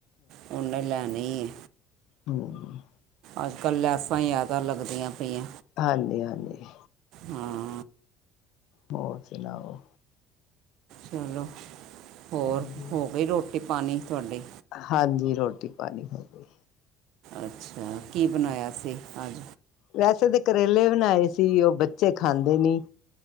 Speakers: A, on the right (about 60°); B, on the left (about 60°).
A: ਉਹਨੇ ਲੈਣੇ ਹੀ ਆ
B: ਹਮ।
A: ਅੱਜ ਕੱਲ੍ਹ ਲੈਸਾਂ ਜ਼ਿਆਦਾ ਲੱਗਦੀਆਂ ਪਈਐ।
B: ਹਾਂਜੀ-ਹਾਂਜੀ।
A: ਹਾਂ।
B: ਹੋਰ ਸੁਣਾਓ?
A: ਚਲੋ ਹੋਰ
B: ਹਾਂਜੀ
A: ਹੋ ਗਈ ਰੋਟੀ ਪਾਣੀ ਤੁਹਾਡੇ?
B: ਹਾਂਜੀ ਰੋਟੀ ਪਾਣੀ ਹੋ ਗਈ।
A: ਅੱਛਾ ਕੀ ਬਣਾਇਆ ਸੀ ਅੱਜ?
B: ਵੈਸੇ ਤਾਂ ਕਰੇਲੇ ਬਣਾਏ ਸੀ। ਉਹ ਬੱਚੇ ਖਾਂਦੇ ਨੀ